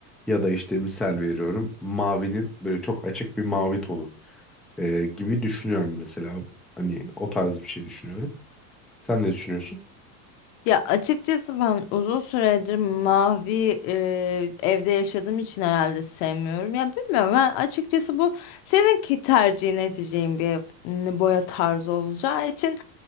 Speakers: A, in the centre; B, on the left.
A: ya da işte misal veriyorum mavinin böyle çok açık bir mavi tonu e, gibi düşünüyorum mesela hani o tarz bir şey düşünüyorum sen ne düşünüyorsun?
B: Ya açıkçası ben uzun süredir mavi e, evde yaşadığım için herhalde sevmiyorum. Ya bilmiyorum ben açıkçası bu seninki tercihin edeceğin bir m, boya tarzı olacağı için